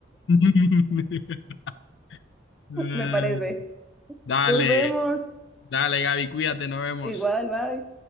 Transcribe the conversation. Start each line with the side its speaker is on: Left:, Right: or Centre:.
Left: <laughs> Ay,
Centre: <laughs> me parece.
Left: dale,
Centre: Nos vemos.
Left: dale, Gaby, cuídate, nos vemos.
Centre: Igual, bye.